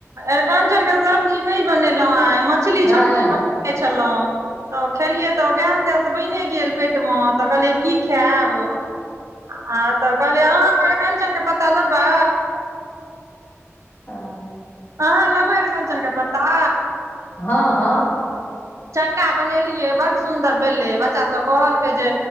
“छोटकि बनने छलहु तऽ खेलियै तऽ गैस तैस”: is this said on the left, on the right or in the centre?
Right